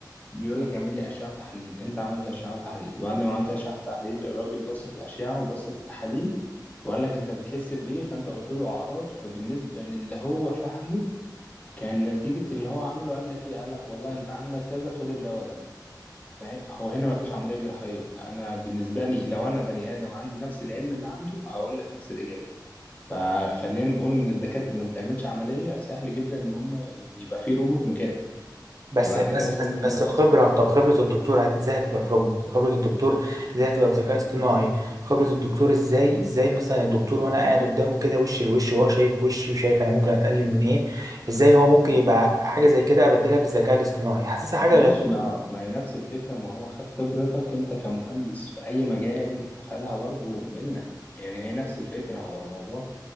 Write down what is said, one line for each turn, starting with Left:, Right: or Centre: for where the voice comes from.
Left: بيقول لك اعمل لي اشعه وتحاليل انت عملت اشعه وتحاليل وبعد ما عملت اشعه وتحاليل الراجل بص في الاشعه وبص في التحاليل وقال لك انت بتحس بايه فانت قلت له اعراض فبالنسبه للي هو فاهمه كان نتيجه اللي هو عمله قال لك ايه قال لك والله انت عندك كذا خد الدواء ده فاهم هو هنا مفيش عملية جراحية أنا بالنسبة لي لو أنا بني آدم عندي نفس العلم اللي عنده هقول لك نفس الإجابة فخلينا نقول إن الدكاترة اللي ما بتعملش عملية سهل جدا إن هم يبقى في روبوت مكانه
Right: بس
Left: يبقى
Right: بس
Left: إحنا كده وصلنا
Right: بس
Left: للنقطة
Right: بس الخبره طب خبره الدكتور هت- ازاي هتبقى في روبوت خبره الدكتور ازاي هتبقى في ذكاء اصطناعي خبره الدكتور ازاي ازاي مثلا الدكتور وانا قاعد قدامه كده وش لوش وهو شايف وشي وشايف انا ممكن اتقلل من ايه ازاي هو ممكن يبقى حاجه زي كده ابدلها بالذكاء الاصطناعي حاسسها حاجه
Left: ماشي
Right: غريبه
Left: ما ما هي نفس الفكرة ما هو خد خبرتك أنت كمهندس في أي مجال خدها برضو منك يعني هي نفس الفكرة هو الموضوع